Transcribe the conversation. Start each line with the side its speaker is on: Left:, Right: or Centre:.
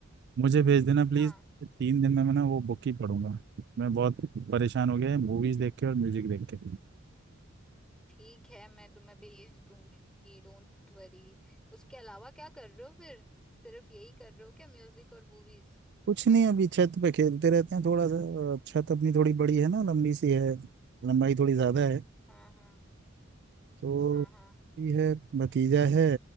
Right: मुझे भेज देना प्लीज
Centre: हाँ
Right: तीन दिन में मैं ना वो बुक ही पढ़ूंगा मैं बहुत परेशान हो गया है मूवीज देख के और म्यूजिक देख के
Centre: ठीक है मैं तुम्हें भेज दूंगी डोंट वरी उसके अलावा क्या कर रहे हो फिर सिर्फ यही कर रहे हो क्या म्यूजिक और मूवीज
Right: कुछ नहीं अभी छत पे खेलते रहते हैं थोड़ा सा और छत अपनी थोड़ी बड़ी है ना लंबी सी है लंबाई थोड़ी ज्यादा है
Centre: हाँ हाँ
Right: तो
Centre: हाँ हाँ
Right: ये है भतीजा है